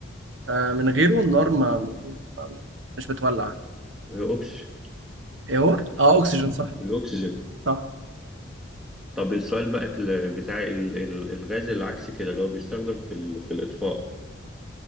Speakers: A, on the right; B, in the centre.
A: آه من غيره النار ما ما- مش بتولع
B: الاكسجين
A: ايه هو؟ اه اكسجين صح
B: الاكسجين
A: صح
B: طب السؤال بقى ال- بتاع ال- ال- الغاز العكسي كده اللي هو بيستخدم في ال- في الاطفاء